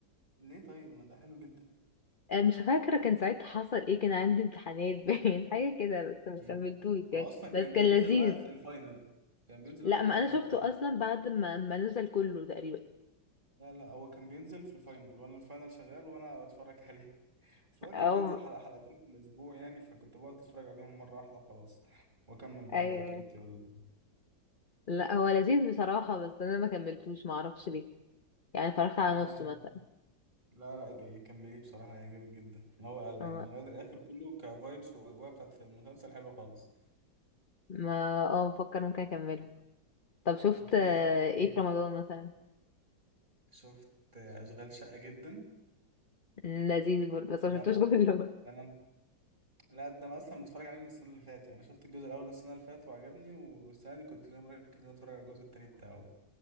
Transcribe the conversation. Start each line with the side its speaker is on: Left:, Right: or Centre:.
Right: ليه طيب ما ده حلو جدا
Left: آه، مش فاكرة كان ساعتها حصل ايه كان عندي امتحانات باين <laughs> حاجة كده بس ما
Right: مم.
Left: كملتوش يعني
Right: هو أصلا كان
Left: بس كان
Right: بينزل
Left: لذيذ
Right: وقت الفاينل كان بينزل
Left: لا
Right: وقت الفاينل
Left: ما انا شفته
Right: بتاع
Left: اصلا بعد ما ما نزل كله تقريبا
Right: لا لا هو كان بينزل في الفاينل وأنا الفاينل شغال وأنا أتفرج عليه بس هو كان
Left: او
Right: بينزل حلقة حلقتين في الأسبوع يعني فكنت بقعد أتفرج عليهم مرة واحدة خلاص وأكمل بقى
Left: ايوه
Right: مذاكرتي ولا
Left: لا هو لذيذ بصراحة بس انا ما كملتوش ما اعرفش ليه يعني اتفرجت على
Right: لا
Left: نصه
Right: يعني
Left: مثلا
Right: لا لا بيكمليه بصراحة هيعجبك جدا اللي هو قال يعني
Left: أما-
Right: لغاية الآخر كله كفايبس وأجواء بتاعت المسلسل حلوة خالص
Left: ما اه بفكر ممكن اكمله طب شفت
Right: أنت إيه
Left: آه،
Right: آخر فيلم
Left: ايه في رمضان مثلا
Right: شفت أشغال شقة جدا
Left: مم، لذيذ برضه بس ما
Right: ده
Left: شفتوش
Right: أنا
Left: <laughs> كله برضه.
Right: ده أنا لا ده أنا أصلا متفرج عليه من السنة اللي فاتت يعني أنا شفت الجزء الأول السنة اللي فاتت وعجبني والسنة دي كنت لا مركز إن أنا أتفرج على الجزء التاني بتاعه